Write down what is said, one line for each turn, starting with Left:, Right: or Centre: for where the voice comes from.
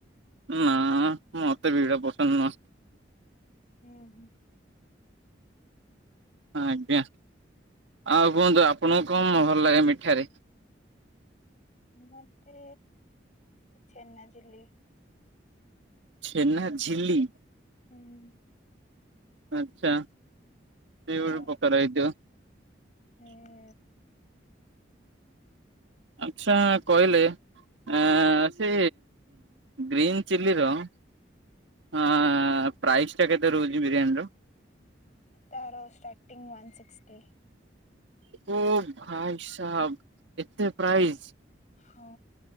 Right: ନା ମତେ ଭିଡା ପସନ୍ଦ ନୁହଁ।
Left: ହୁଁ ହୁଁ।
Right: ଆଜ୍ଞା, ଆଉ କୁହନ୍ତୁ ଆପଣଙ୍କୁ କଣ ଭଲ ଲାଗେ ମିଠାରେ?
Left: ମତେ ଛେନାଝିଲି।
Right: ଛେନା ଝିଲ୍ଲୀ।
Left: ହୁଁ।
Right: ଆଚ୍ଛା। ସେ
Left: ହଁ
Right: ଗୋଟେ ପ୍ରକାର ହେଇଥିବ
Left: ଏ
Right: ଆଛା କହିଲେ ଆ ସେ ଗ୍ରୀନ ଚିଲି ର ହଁ ପ୍ରାଇସ୍ ଟା କେତେ ରହୁଛି ବିରିୟାନୀ ର?
Left: ତାର ଷ୍ଟାଟିଂ ୱନ୍ ସିକ୍ସଟି।
Right: ଓ ଭାଇ ସାବ ଏତେ ପ୍ରାଇଜ।
Left: ହଁ